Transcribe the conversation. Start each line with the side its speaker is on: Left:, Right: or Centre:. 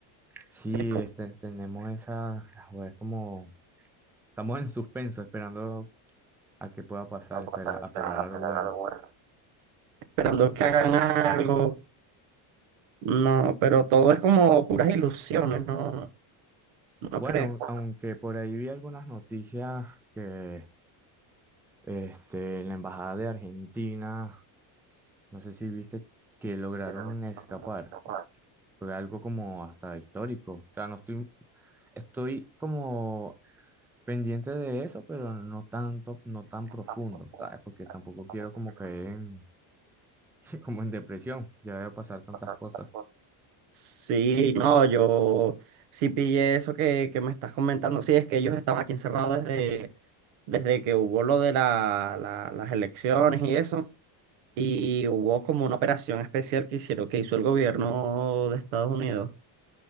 Centre: Sí,
Right: Es como,
Centre: este, tenemos esa, bueno, es como, estamos en suspenso esperando a que pueda pasar,
Right: no, pues,
Centre: espera,
Right: para
Centre: a
Right: que
Centre: esperar
Right: hagan
Centre: a lo bueno.
Right: algo bueno. Esperando que hagan algo, no, pero todo es como puras ilusiones, no, no
Centre: Bueno,
Right: creo. Porque,
Centre: aunque por ahí vi algunas noticias que este, en la embajada de Argentina, no sé si viste que lograron
Right: no,
Centre: escapar.
Right: no,
Centre: Fue fue algo como hasta histórico. O sea, no estoy, estoy como pendiente de eso, pero no tanto, no tan profundo,
Right: tampoco-
Centre: ¿sabes? Porque tampoco
Right: tampoco
Centre: quiero como
Right: quiero
Centre: caer en, <laughs> como en depresión. Ya veo pasar tantas
Right: tantas
Centre: cosas.
Right: cosas. Sí, no, yo sí pillé eso que, que me estás comentando. Sí, es que ellos estaban aquí encerrados desde, desde que hubo lo de la- la- las elecciones y eso. Y hubo como una operación especial que hicieron, que hizo el gobierno de Estados Unidos.